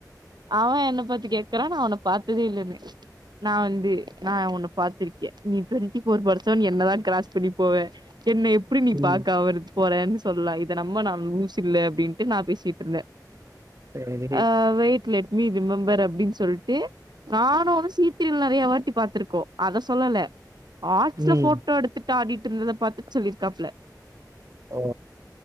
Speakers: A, on the right; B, on the right.
A: அவ என்ன பத்தி கேக்குறா நா உன்ன பாத்ததே இல்லன்னே நா வந்து நா உன்ன பா்த்திருக்கே நீ ட்வெண்டி ஃபோர் பர்சன் என்னதா கிராஸ் பண்ணி போவ என்ன எப்டி நீ
B: ம்
A: பாக்க அவரு போறேன்னு சொல்லலா இத நம்ம நா லூஸ் இல்ல அப்டிண்ட்டு நா பேசிட்டு இருந்தே
B: சரி
A: ஆ வெயிட் லெட் மீ ரிமம்பர் அப்டின்னு சொல்ட்டு நானு வந்து சீத்திரில நெறையா வாட்டி பாத்துருக்கோ அத சொல்ல ல ஆச்சுல
B: ம்
A: போட்டோ எடுத்துட்டு ஆடிட்டு இருந்த த பாத்துட்டு சொல்லிருக்காப்ல
B: ஓ